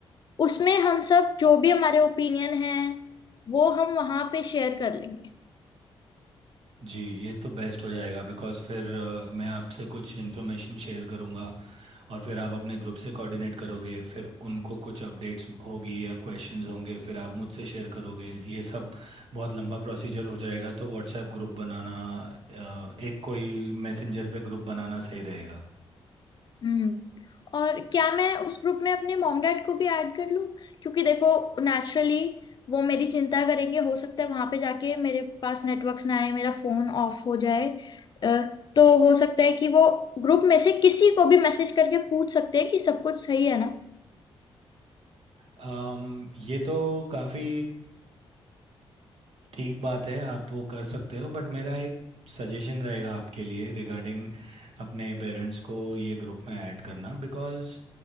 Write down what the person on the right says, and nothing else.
जी ये तो बेस्ट हो जाएगा बिकॉज़ फिर अ, मैं आपसे कुछ इन्फॉर्मेशन शेयर करूँगा और फिर आप अपने ग्रुप से कोऑर्डिनेट करोगे फिर उनको कुछ अपडेट्स होगी या क्वेश्चंस होंगे फिर आप मुझसे शेयर करोगे ये सब बहुत लंबा प्रोसीजर हो जाएगा तो व्हाट्सएप ग्रुप बनाना अ, एक कोई मैसेंजर पे ग्रुप बनाना सही रहेगा
अम, ये तो काफ़ी ठीक बात है आप वो कर सकते हो बट मेरा एक सजेशन रहेगा आपके लिए रिगार्डिंग अपने पेरेंट्स को ये ग्रुप में ऐड करना बिकॉज़